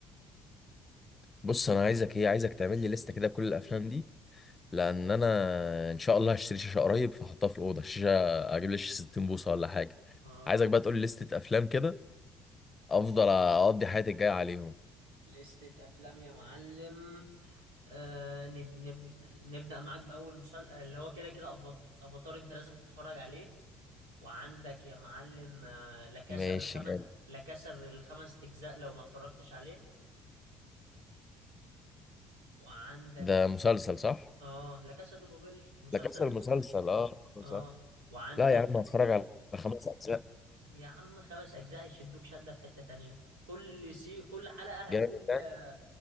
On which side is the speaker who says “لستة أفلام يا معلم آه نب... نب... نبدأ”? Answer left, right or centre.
Right